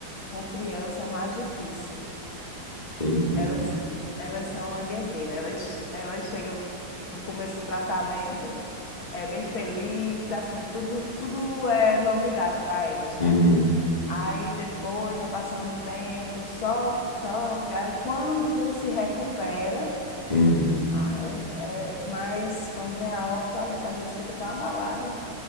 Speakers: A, on the left; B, on the left.
A: com criança é mais difícil.
B: Entendi.
A: Elas, elas são uma guerreira, elas, elas chegam no começo do tratamento, é bem feliz, assim, tudo, tudo é novidade para elas, né?
B: Uhum.
A: Aí depois, já passando o tempo, sofre, sofre, aí quando se recupera,
B: Uhum.
A: ah, é, é, mas quando vem a óbito, a gente às vezes fica tão abalada